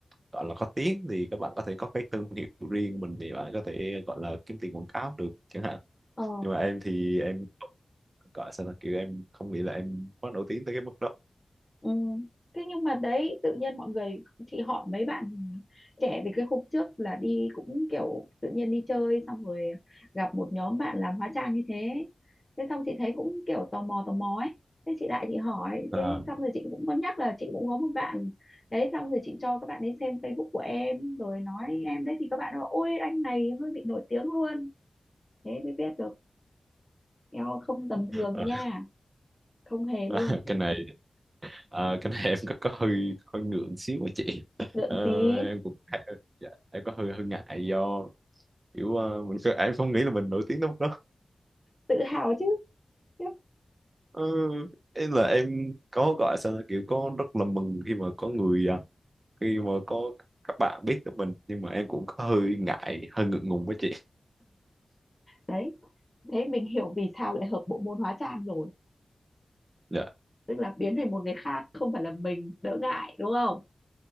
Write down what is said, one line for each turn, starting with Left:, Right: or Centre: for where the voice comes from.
Right: gọi là có tiếng thì các bạn có thể có cái thương hiệu riêng mình thì bạn có thể gọi là kiếm tiền quảng cáo được chẳng hạn
Left: ờ
Right: nhưng mà em thì em không- gọi sao là kiểu em không nghĩ là em quá nổi tiếng tới cái mức đó
Left: Ừ. Thế nhưng mà đấy tự nhiên mọi người chị hỏi mấy bạn trẻ về cái khúc trước là đi cũng kiểu tự nhiên đi chơi xong rồi gặp một nhóm bạn làm hóa trang như thế thế xong chị thấy cũng kiểu tò mò tò mò ấy thế chị lại chị hỏi
Right: à,
Left: thế xong rồi chị cũng có nhắc là chị cũng có một bạn đấy xong rồi chị cho các bạn ấy xem Facebook của em rồi nói em đấy thì các bạn nói ôi anh này hơi bị nổi tiếng luôn thế mới biết được eo không tầm thường
Right: à,
Left: nha không hề luôn
Right: <laughs> cái này à, cái này em có có hơi hơi ngượng xíu á chị
Left: lượng
Right: Ờ,
Left: gì
Right: em cũng dạ, em có hơi hơi ngại do kiểu ờ, mình cứ- em không nghĩ là mình nổi tiếng đâu
Left: tự hào chứ Yep.
Right: Ừ, em là em có gọi sao là kiểu có rất là mừng khi mà có người à, khi mà có các bạn biết tới mình nhưng mà em cũng có hơi ngại hơi ngượng ngùng với chị
Left: đấy thế mình hiểu vì sao lại hợp bộ môn hóa trang rồi
Right: dạ
Left: tức là biến thành một người khác không phải là mình đỡ ngại đúng không